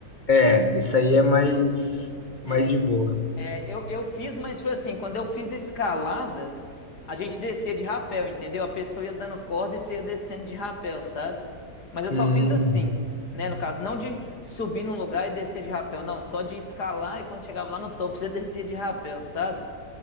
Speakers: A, on the left; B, on the left.
A: É, isso aí é mais, mais
B: É,
A: de boa.
B: é, eu, eu fiz, mas foi assim, quando eu fiz a escalada, a gente descia de rapel, entendeu? A pessoa ia dando corda e você ia descendo de rapel, sabe? Mas eu
A: Hum,
B: só fiz assim, né? No caso, não de subir num lugar e descer de rapel, não, só de escalar e quando chegava lá no topo, você <laughs> descia de rapel, sabe?